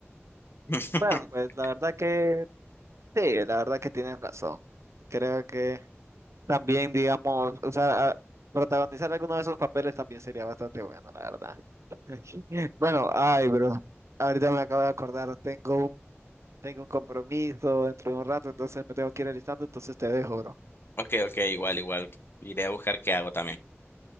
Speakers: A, on the left; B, on the right.
A: <laughs>
B: Bueno, pues la verdad que sí, la verdad que tienes razón. Creo que también, digamos, o sea, a- protagonizar alguno de esos papeles también sería bastante bueno, la verdad. <laughs> Bueno, ay, bro, ahorita me acabo de acordar, tengo Tengo un compromiso dentro de un rato, entonces me tengo que ir alistando, entonces te dejo, bro.
A: Ok, ok, igual, igual. Iré a buscar qué hago también.